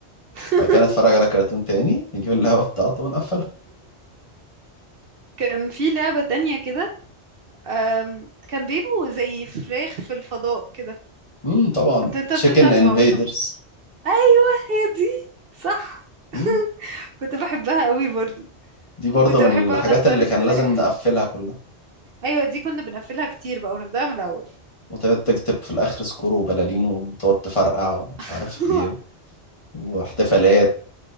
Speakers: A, on the right; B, on the left.
A: <laughs>
B: بعد كده نتفرج على كرتون تاني نجيب اللعبة بتاعته ونقفلها
A: كان في لعبة تانية كده أم، كان بيبقوا زي فراخ في الفضاء كده
B: امم طبعا
A: كنت انت
B: تشيكن
A: بتطلع تموتهم
B: انفيدرز
A: ايوه هي دي صح
B: امم
A: <laughs> كنت بحبها قوي برضو
B: دي برضو
A: وكنت
B: من
A: بحب
B: الحاجات
A: اقعد اختار
B: اللي
A: السلاح
B: كان لازم نقفلها كلها
A: ايوه دي كنا بنقفلها كتير بقى ونبدأها من الاول
B: وتقعد تكتب في الآخر سكور وبلالين وتقعد تفرقع ومش
A: <laughs>
B: عارف إيه واحتفالات